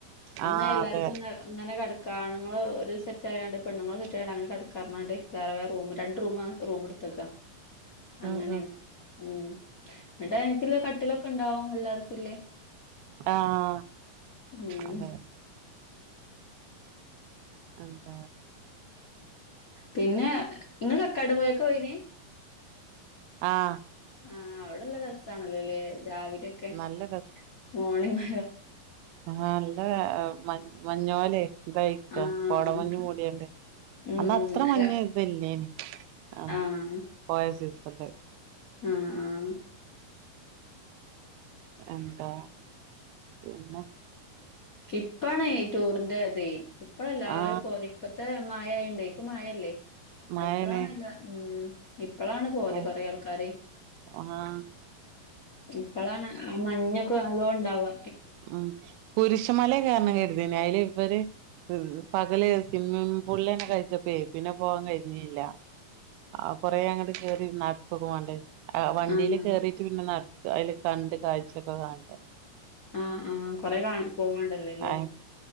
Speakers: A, on the left; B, on the right.
A: അ
B: ആ
A: എല്ലാർക്കുങ്ങനെ
B: അതെ
A: ക- കാണങ്ങങ്ങള് ഒരു സെറ്റ് ആായതാണ്ട് പെണ്ുങ്ങൾ സെറ്റ് ആയണ്ട് അങ്ങനെ കടക്കറാണ്ട് വേറെ വേറെ റൂം രണ്ട് റൂം റൂം എടുത്തേക്കാ അങ്ങനെ
B: ഉം ഉം
A: ഉം എന്നട്ടാ എനിക്ക കട്ടിലൊക്കെ ഉണ്ടും എല്ലർക്കും കുലേ
B: ആഹ
A: ഉം
B: അതെ അന്ത
A: പിന്നെ നിങ്ങ കക്കാട പോയൊക്കെ പോയിന്
B: ആഹ
A: ആഹ അവിടെള്ള രസാണല്ലേല്ലേ രാവിലെ ക്കെ
B: നല്ല
A: മോർണിങ്
B: ആ നല്ല മഞ്ഞോലെ ഇതക്ക
A: ആഹ്
B: കോട മഞ്ഞഞ് മൂടിയണ്ട്
A: ഉം
B: അന്ന് അത്ര മഞ്ഞ്
A: ര
B: ഇതല്ലേന ആ
A: ആഹ്
B: പോയ സീസല്ല
A: ആഹ ആഹ
B: എന്താ പിന്നെ
A: ഇപ്പണ ടൂറിന്റെ അത ഇപ്പഴ എല്ലാവരും
B: ആ
A: പോ ഇപ്പത്തെ മായണ്ട് ഇപ്പൊ മായല്ലേ
B: മഴേണ്
A: ഇപ്പഴാണല്ല ഉ ഇ എപ്പോളാണ് പോല്െ
B: ഓ
A: കൊറെ ആൾക്കാര്
B: ആഹ്
A: ഇപ്പഴാണ് ആ മഞ്ഞൊക്കെ നല്ലോ ഉണ്ടാവുക
B: ഉ കുരിശ പക്ഷ മലയ കാരണം കരുതി അതില് ഇവര് പകല സ പുുള്ളന്നെ കഴിച്ച പേപ്പിനെ പോവാാൻ കഴിഞ്ഞല്ല ആ കൊറേ അങ്ങോട്ട് കേയറി പകമാണ്ടേ ആ വണ്ടിയില്
A: ആഹ്
B: കേറിീട്ട് പിന്നെ നട അതില് കണ്ട് കാഴ്ചൊക്കെ കാണണ്ടെ
A: ആ ആ കൊറെ കാ പോവാണ്ടല്ലോല്ലെ
B: ആഹ്